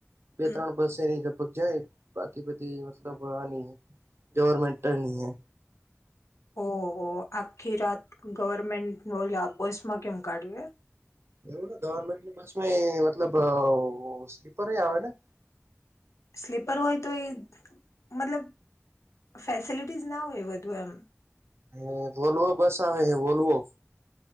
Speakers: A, on the right (about 55°); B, on the left (about 85°).
A: બે
B: હમ
A: ત્રણ બસ એની લગભગ જાય. બાકી બધ મતલબ આ ન ગવરમન્ટ ન એ.
B: ઓહ આખી રાત ગવર્મેન્ટ નો લેબોસ્ટમાં કેમ કાઢ્યું.
A: એવું ને ગવર્મેન્ટની બસમાં મતલબ સ્લીપર આવે ને.
B: સ્લીપર હોય તો એ મતલબ ફેસિલિટીસ ના હોય બધુ એમ.
A: હ બોલવો બસ આવે હે બોલવો.